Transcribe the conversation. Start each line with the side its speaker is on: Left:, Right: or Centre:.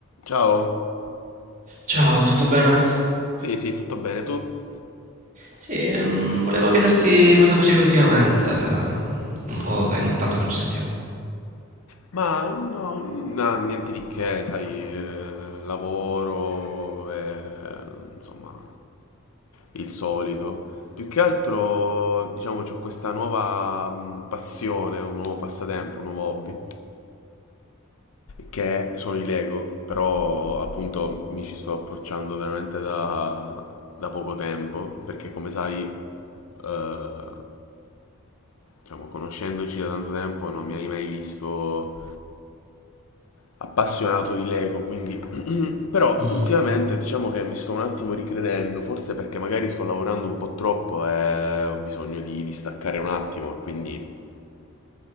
Left: Ciao,
Right: Ciao, tutto bene?
Left: sì, sì, tutto bene tu?
Right: Sì, ehm, volevo chiederti cosa facevi ultimamente. ehm, Un po', dai, tanto che non ci sentiamo.
Left: Ma no, no, niente di che, sai, eh, lavoro, eh, insomma, il solito. Più che altro, diciamo, ho questa nuova mh, passione, un nuovo passatempo, un nuovo hobby. che sono i Lego, però appunto mi ci sto approcciando veramente da, da poco tempo, perché come sai, eh, diciamo, conoscendoci da tanto tempo non mi hai mai visto appassionato di Lego, quindi <clears throat> però
Right: Mm.
Left: ultimamente diciamo che mi sto un attimo ricredendo, forse perché magari sto lavorando un po' troppo e ho bisogno di, di staccare un attimo, e quindi